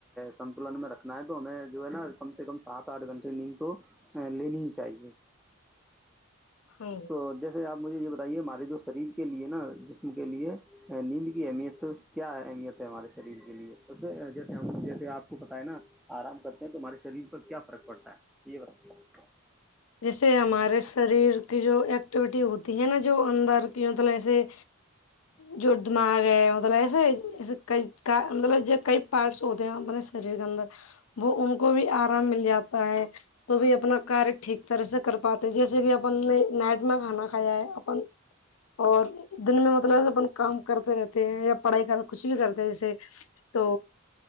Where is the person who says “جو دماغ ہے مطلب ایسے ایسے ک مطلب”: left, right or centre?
Left